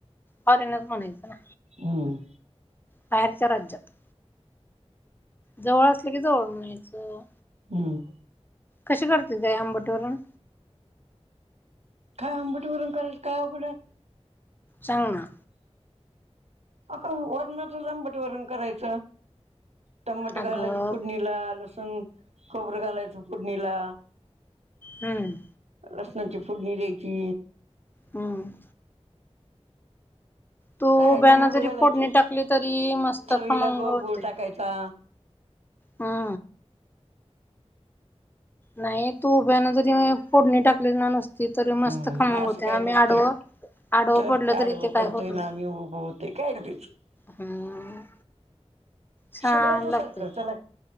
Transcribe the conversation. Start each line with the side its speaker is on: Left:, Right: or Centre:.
Left: फॉरेनरच म्हणायचं ना.
Right: हम.
Left: बाहेरच्या राज्यात, जवळ असले की जवळ म्हणायचं.
Right: हम.
Left: कशी करतेस गं, आई आंबट वरण.
Right: काय आंबट वरण करायंंच काय अवघडं हाय.
Left: सांगना.
Right: अ का वरणाच आंबट वरण करायचं. टमाटे घालायचे
Left: अगं
Right: फोडणीला, लसूण खोबरं घालायचं फोडणीला.
Left: हम्म.
Right: लसनाची फोडणी द्यायची.
Left: हम्म. तू
Right: काय
Left: उभ्याना
Right: टमाटे
Left: जरी
Right: घालायचे
Left: फोडणी टाकली, तरी मस्त
Right: चवीला
Left: खमंग
Right: ग
Left: होते.
Right: गुळ टाकायचा
Left: हा. नाही तू उभ्या न जरी फोडणी टाकली ना नुसती. तरी मस्त
Right: हम्म
Left: खमंग
Right: असं
Left: होते
Right: काही
Left: आम्ही
Right: नसतंय,
Left: आडवं आडवं
Right: तर
Left: पडलं
Right: आडव
Left: तरी ते काय
Right: पडतोय
Left: होत नाही
Right: ना आम्ही उभं होतंय. <unintelligible>
Left: हम्म. छान
Right: सगळ्याच
Left: लागते.
Right: सारखं चला